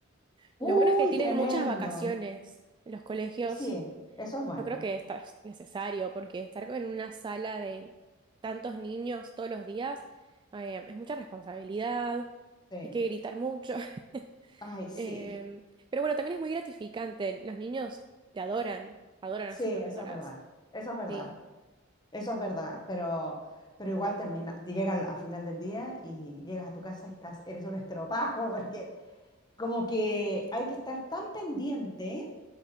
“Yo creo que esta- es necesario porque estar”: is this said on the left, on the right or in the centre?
Right